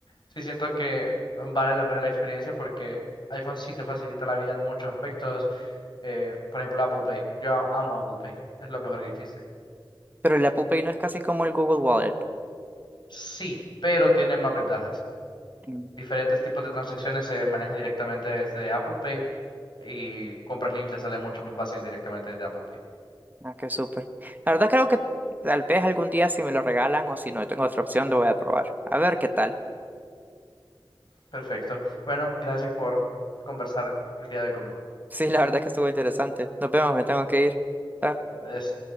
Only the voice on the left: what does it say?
sí siento que vale la pena la experiencia porque iPhone sí te facilita la vida en muchos aspectos Eh, por ejemplo, Apple Pay. Yo amo Apple Pay. Es lo mejor que existe.
Sí, pero tiene más ventajas.
Diferentes tipos de transacciones se manejan directamente desde Apple Pay y compras líneas sale mucho más fácil directamente desde Apple Pay.
Perfecto. Bueno, gracias por conversar el día de hoy conmigo.
Adiós.